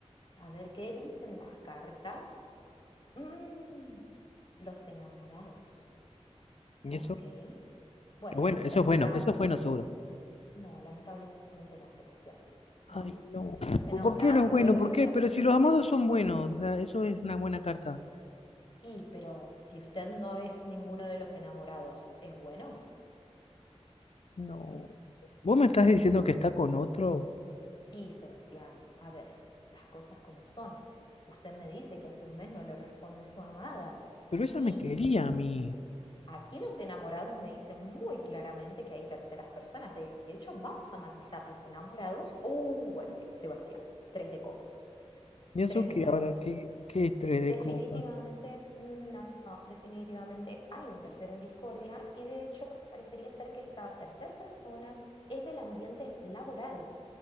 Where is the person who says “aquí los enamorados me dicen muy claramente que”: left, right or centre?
Left